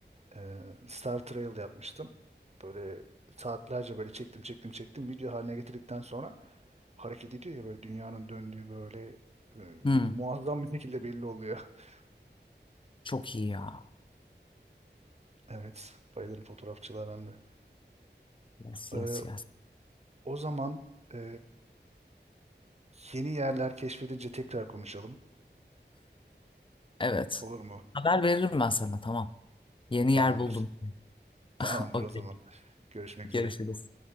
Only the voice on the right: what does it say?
Ee, Star Trail yapmıştım. Böyle saatlerce böyle çektim çektim çektim video haline getirdikten sonra hareket ediyor ya böyle dünyanın döndüğü böyle e,
muazzam bir şekilde belli oluyor. <laughs>
Evet, bayılırım fotoğrafçılığa ben de.
Ee,
o zaman e, yeni yerler keşfedince tekrar konuşalım.
Olur mu?
Tamamdır.
Tamamdır
o zaman. Görüşmek
üzere.